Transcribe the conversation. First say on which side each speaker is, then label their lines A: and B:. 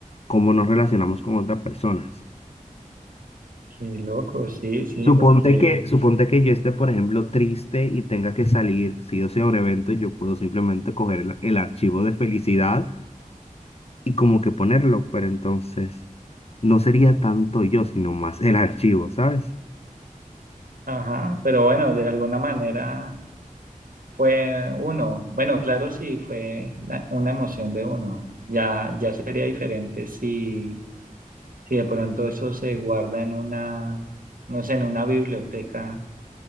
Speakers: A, on the left (about 45°); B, on the right (about 80°).
A: cómo nos relacionamos con otras personas.
B: Qué loco, sí, sí,
A: Suponte
B: porque,
A: que, suponte que yo esté, por ejemplo, triste y tenga que salir, si yo sea un evento, yo puedo simplemente coger el, el archivo de felicidad y como que ponerlo, pero entonces no sería tanto yo, sino más el archivo, ¿sabes?
B: ajá, pero bueno, de alguna manera fue uno. Bueno, claro, sí, fue la- una emoción de uno. Ya, ya sería diferente si, si de pronto eso se guarda en una, no sé, en una biblioteca